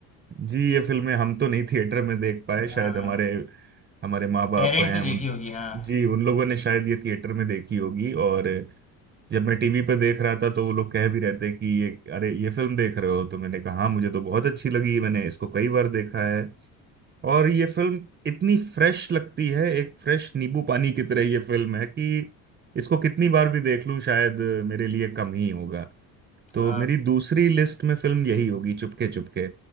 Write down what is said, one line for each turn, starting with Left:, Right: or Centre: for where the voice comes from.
Right: जी ये फिल्में हम तो नहीं थिएटर में देख पाए शायद
Left: हाँ,
Right: हमारे हमारे माँ बाप
Left: पेरेंट्स
Right: हैं
Left: से देखी
Right: उन
Left: होगी हाँ।
Right: जी उन लोगों ने शायद ये थिएटर में देखी होगी और जब मैं टीवी पे देख रहा था तो वो लोग कह भी रहते हैं कि ये अरे ये फिल्म देख रहे हो तो मैंने कहा "हाँ, मुझे तो बहुत अच्छी लगी मैंने इसको कई बार देखा है और ये फिल्म इतनी फ्रेश लगती है एक फ्रेश नींबू पानी की तरह ये फिल्म है कि इसको कितनी बार भी देख लूं शायद मेरे लिए कम ही होगा तो
Left: हाँ।
Right: मेरी दूसरी लिस्ट में फिल्म यही होगी चुपके चुपके